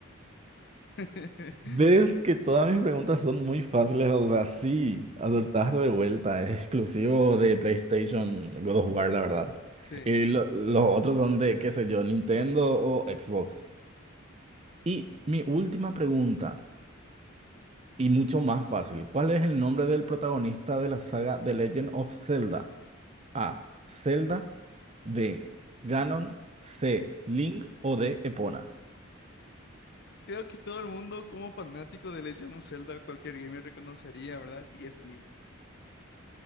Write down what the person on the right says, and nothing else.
Ves que todas mis preguntas son muy fáciles, o sea, sí, acertaste de vuelta, es exclusivo de PlayStation God of War, la verdad.
Y lo- los otros son de, qué sé yo, Nintendo o Xbox. Y mi última pregunta, y mucho más fácil, ¿cuál es el nombre del protagonista de la saga The Legend of Zelda? A. Zelda, B. Ganon, C. Link o D. Epona.